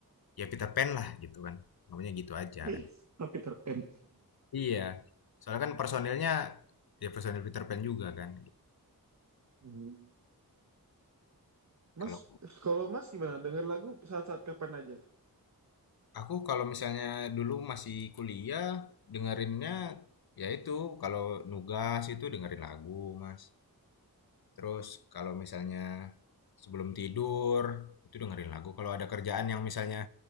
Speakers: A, on the left (about 75°); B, on the right (about 50°).
A: ya Peter Pan lah gitu kan. Namanya gitu aja
B: <laughs>
A: kan.
B: Oke, terpen.
A: Iya. Soalnya kan personilnya ya personil Peter Pan juga kan.
B: Hmm. Mas,
A: Kalau
B: kalau Mas gimana? Dengar lagu saat-saat kapan aja?
A: Aku kalau misalnya dulu masih kuliah, dengerinnya ya itu kalau nugas itu dengerin lagu, Mas. Terus kalau misalnya sebelum tidur itu dengerin lagu. Kalau ada kerjaan yang misalnya